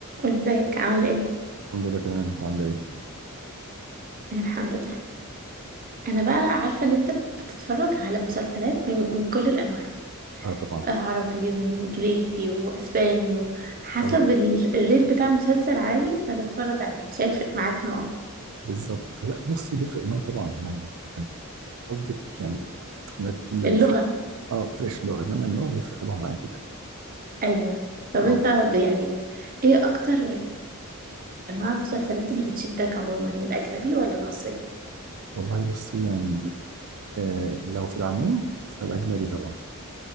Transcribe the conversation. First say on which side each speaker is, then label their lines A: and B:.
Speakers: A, on the right (about 40°); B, on the right (about 70°).
A: ازيك عامل ايه
B: الحمد لله تمام انت عامله ايه؟
A: الحمد لله انا بقى عارفه ان انت بتتفرج على مسلسلات من من كل الانواع
B: اه طبعا
A: آه، عربي وانجليزي واسباني وحسب
B: طبعا
A: ال- الريت بتاع مسلسل عالي انت هتتفرج عليه مش هيفرق معاك نوعه
B: بالظبط لا بص بيفرق النوع طبعا يعني كان قصدك يعني ما ما
A: اللغه
B: بيفرق اه بيفرقش اللغه انما النوع بيفرق طبعا معايا جدا
A: ايوه طب
B: اه
A: انت ب- يعني ايه اكتر انواع المسلسلات اللي بتشدك عموما الاجنبي ولا المصري
B: والله بص يعني آه لو في العموم فالاجنبي طبعا